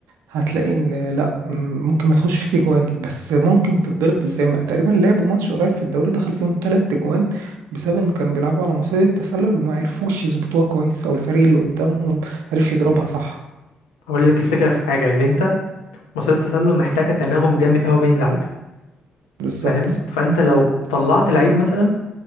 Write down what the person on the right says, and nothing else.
هتلاقي ان لا م- ممكن ما تخش فيك جوان بس ممكن تتضرب زي ما تقريبا لعبوا ماتش قريب في الدوري دخل فيهم تلات جوان بسبب ان كانوا بيلعبوا على مصيدة التسلل وما عرفوش يظبطوها كويس او الفريق اللي قدامهم عرف يضربها صح
بالظبط